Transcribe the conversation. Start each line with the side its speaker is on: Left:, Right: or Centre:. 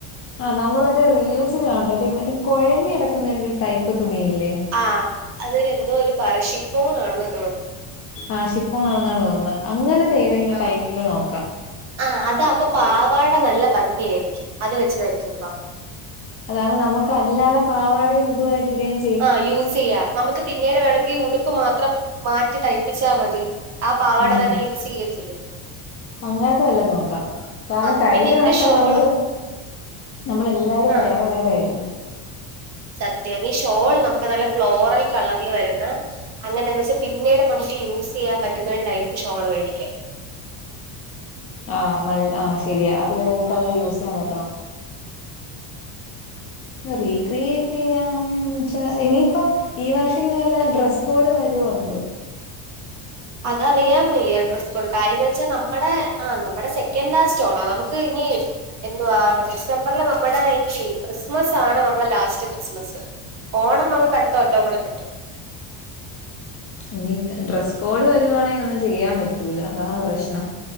Left: ആഹ് നമ്മൾ മറ്റേ റീൽസിന് കാണൂല്ലോ മറ്റേ മറ്റേ കുഴഞ്ഞ് കിടക്കുന്ന ഒരു ടൈപ്പ് തുണിയില്ലേ
Right: ആഹ് അതിന് എന്തോ ഒരു പറയും ഷിഫോണാണെന്ന് തോന്നുന്നു
Left: ആഹ് ഷിഫോൺ ആണെന്നാണ് തോന്നുന്നത് അങ്ങനത്തെ ഏതെങ്കിലും
Right: ആഹ്
Left: ടൈപ്പില് നോക്കാം
Right: ആഹ് അതാകുമ്പോ പാവാട നല്ല ഭംഗിയായിരിക്കും അത് വെച്ച് തയ്ക്കുമ്പോ
Left: അതാവുമ്പോ നമുക്ക് അല്ലാതെ പാവാടയും ഇതുവായിട്ട് ഇടുവേം
Right: ആഹ് യൂസ് ചെയ്യാം നമുക്ക് പിന്നീട് വേണമെങ്കിൽ ഉടുപ്പ് മാത്രം മാറ്റി തയ്പ്പിച്ചാ മതി ആഹ് പാവാട
Left: ഉം
Right: തന്നെ യൂസ് ചെയ്യേം ചെയ്യാം
Left: അങ്ങനത്തെ വല്ലോം നോക്കാം കാരണം
Right: ആഹ്
Left: കഴിഞ്ഞ
Right: പിന്നെ ഇതിന്റെ
Left: വട്ടം
Right: ഷോളും
Left: നമ്മള് നമ്മള് എല്ലാരും
Right: ആ
Left: വേറെ വേറെ ആരുന്നു
Right: സത്യം ഈ ഷോള് നമുക്ക് നല്ല ഫ്ലോറൽ കളറിൽ വരുന്ന അങ്ങനെ എന്ന് വെച്ചാ പിന്നീട് നമുക്ക് യൂസ് ചെയ്യാൻ പറ്റുന്ന ഒരു ടൈപ്പ് ഷോള് മേടിക്കാം
Left: ആഹ് മൾ ആഹ് ശെരിയാ അത് കഴിഞ്ഞിട്ട് അത് യൂസ് ചെയ്യാൻ പറ്റണം റീക്രിയേറ്റ് ചെയ്യാൻ ച്ചാ ഇനിയിപ്പം ഈ വർഷം ഇനി വല്ല ഡ്രസ് കോഡും വരുവോ എന്തോ
Right: അതറിയാൻ വയ്യ ഡ്രസ് കോഡ് കാര്യം എന്ന് വെച്ചാൽ നമ്മുടെ ആഹ് നമ്മുടെ സെക്കൻഡ് ലാസ്റ്റ്റ്റോണവാ നമുക്ക് ഇനി എന്തുവാ ഡിസംബറിലെ നമ്മുടെ ഈ ക്രിസ്മസ് ആണ് നമ്മളെ ലാസ്റ്റ് ക്രിസ്മസ് ഓണം നമുക്കടുത്ത വട്ടം കൂടെ കിട്ടും
Left: ഇനി ഡ്രസ്സ് കോഡ് വരുവാണെങ്കിൽ ഒന്നും ചെയ്യാൻ പറ്റൂല അതാണ് പ്രശ്നം